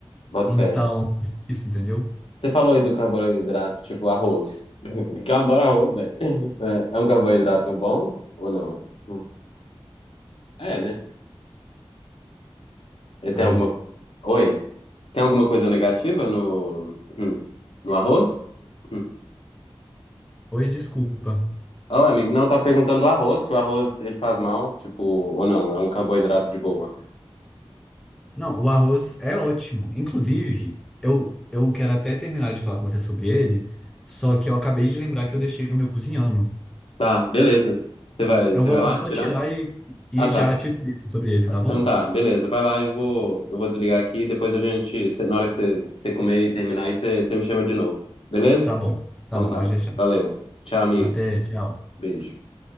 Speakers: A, on the left (about 70°); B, in the centre.
A: boto
B: Então,
A: fé.
B: isso, entendeu?
A: Você falou aí do carboidrato, tipo arroz. <laughs> Que eu adoro arroz, velho. É, é um carboidrato bom ou não? Hum, É, né? Ele tem
B: amigo?
A: alguma. Oi? Tem alguma coisa negativa no, hum, no arroz? Hum.
B: Oi, desculpa.
A: Oh, amigo, não, eu tava perguntando do arroz, se o arroz ele faz mal, tipo, ou não, é um carboidrato de boa.
B: Não, o arroz é ótimo. Inclusive, eu, eu quero até terminar de falar com você sobre ele, só que eu acabei de lembrar que eu deixei o meu cozinhando.
A: Tá, beleza. Você vai,
B: Eu
A: você
B: vou
A: vai
B: lá
A: lá
B: só
A: tirar?
B: tirar e, e
A: Ah, tá.
B: já te explico sobre ele, tá
A: Então
B: bom?
A: tá, beleza. Vai lá, eu vou, eu vou desligar aqui. Depois a gente, cê- na hora que você você comer e terminar, aí você você me chama de novo. Beleza?
B: Tá bom,
A: Então
B: tá bom,
A: tá.
B: pode deixar.
A: Valeu. Tchau, amigo.
B: Até, tchau.
A: Beijo.